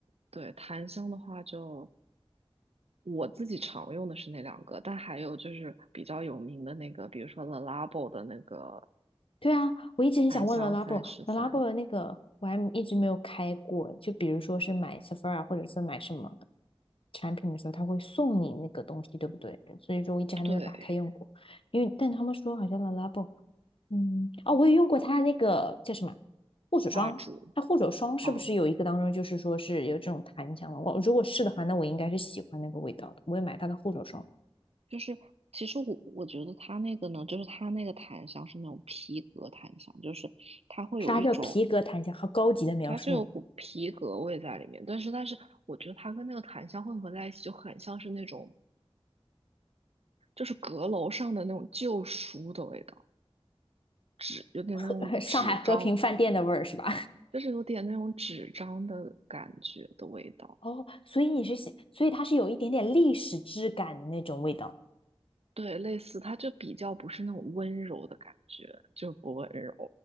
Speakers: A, on the right; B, on the left.
A: 对檀香的话就。我自己常用的是那两个，但还有就是比较有名的那个，比如说 The Labo 的那个
B: 对啊，我一直很想问
A: 檀香三十三，
B: Lalabo，Lalabo 的那个我还一直没有开过。就比如说是买 Sephora 或者是买什么产品的时候，他会送你那个东西，对不对？所以说我一直还没有打开用过，
A: 对，
B: 因为但他们说好像 Lalabo。嗯，哦，我也用过它那个叫什么护手霜，
A: 蜡烛
B: 它护手霜是不是有一个当中就是说是有这种檀香的？
A: 啊，
B: 我如果是的话，那我应该是喜欢那个味道的。我也买它的护手霜，
A: 就是其实我我觉得它那个呢，就是它那个檀香是那种皮革檀香，就是它会有一种
B: 啥叫皮革檀香，好高级的描述，
A: 它就有股皮革味在里面，但是但是我觉得它跟那个檀香混合在一起，就很像是那种就是阁楼上的那种旧书的味道，纸有点那种纸张
B: <laughs> 上海和平饭店的味儿是吧？
A: 就是有点那种纸张的感觉的味道，
B: <laughs> 哦，所以你是喜，所以它是有一点点历史质感的那种味道，
A: 对，类似，它就比较不是那种温柔的感觉，就不温柔，